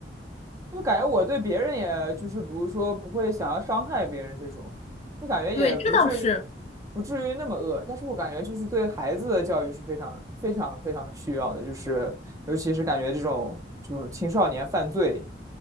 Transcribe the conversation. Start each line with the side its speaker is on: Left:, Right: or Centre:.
Right: 就感觉我对别人也就是比如说不会想要伤害别人这种，就感觉也不至于
Left: <laughs> 对，这倒是，
Right: 不至于那么恶，但是我感觉就是对孩子的教育是非常非常非常需要的，就是尤其是感觉这种这种青少年犯罪